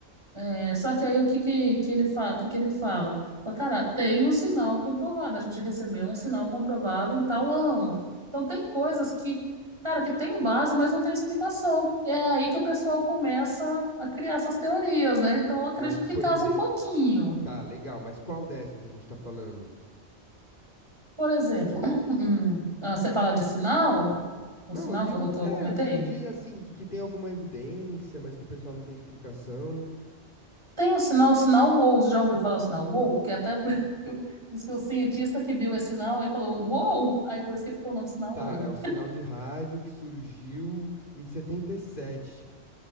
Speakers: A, on the right; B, on the left.
A: É, só que aí o que, que, que ele fala, que, que ele fala? Fala, Cara, tem um sinal comprovado, a gente recebeu um sinal comprovado em tal ano. Então tem coisas que, cara, que tem base, mas não tem explicação. E é aí que o pessoal começa a criar essas teorias, né? Então eu acredito
B: Mas, por
A: que casa
B: exemplo,
A: um pouquinho.
B: tá, legal, mas qual dessas a gente tá falando?
A: Por exemplo, <clears throat> hum, ah, você fala de sinal, o
B: Não,
A: sinal
B: eu digo
A: que eu,
B: de,
A: que eu
B: é,
A: comentei?
B: eu digo de assim, de que tem alguma evidência, mas que o pessoal não tem explicação.
A: Tem o sinal, o sinal WOW. Você já ouviu falar o sinal WOW? Que é até por... <laughs> diz que o cientista que viu esse sinal, ele falou WOW! Aí por isso que ficou o nome do sinal
B: Tá,
A: WOW.
B: é um sinal de rádio que surgiu em setenta e sete